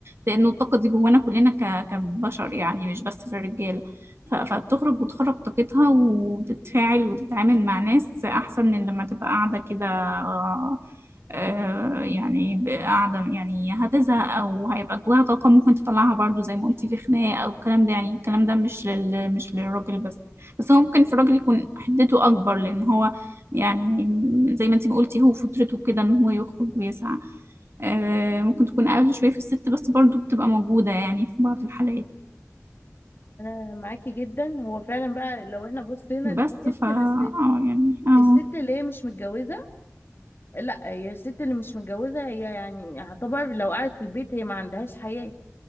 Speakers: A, on the right (about 55°); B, on the left (about 45°).
A: لانه الطاقه دي جوانا كلنا ك... كبشر يعني مش بس في الرجاله ف... فتخرج وتخرج طاقتها وتتفاعل وتتعامل مع ناس احسن من لما تبقى قاعده كده آه، آه، يعني قاعدة يعني هتزهق أو هيبقى جواها طاقة ممكن تطلعها برضو زي ما قلتي في خناقة أو الكلام ده يعني الكلام ده مش لل مش للراجل بس بس هو ممكن في الراجل يكون حدته أكبر لأن هو يعني زي ما انتي ما قلتي هو فطرته كده إن هو يخرج ويسعى آه، ممكن تكون أقل شوية في الست بس برضو بتبقى موجودة يعني في بعض الحالات
B: انا معاكي جدا هو فعلا بقى لو احنا بصينا
A: بس
B: للست
A: فا
B: بس
A: اه يعني اه
B: الست اللي هي مش متجوزة لا هي الست اللي مش متجوزة هي يعني هتعتبر لو قعدت في البيت هي ما عندهاش حياة